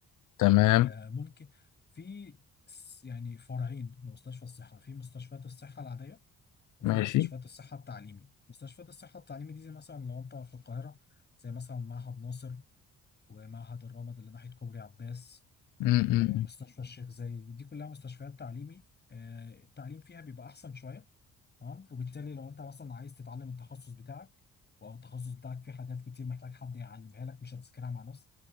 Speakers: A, on the left; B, on the left.
A: تمام
B: آه ممكن في س- يعني فرعين لمستشفى الصحة في مستشفيات الصحة العادية وفي
A: ماشي
B: مستشفيات الصحة التعليمي مستشفيات الصحة التعليمي دي زي مثلا لو أنت في القاهرة زي مثلا معهد ناصر ومعهد الرمد اللي ناحية كوبري عباس
A: امم
B: ومستشفى الشيخ زايد دي كلها مستشفيات تعليمي آه، التعليم فيها بيبقى أحسن شوية تمام وبالتالي لو انت مثلا عايز تتعلم التخصص بتاعك او التخصص بتاعك فيه حاجات كتير محتاج حد يعلمها لك مش هتذاكرها مع نفسك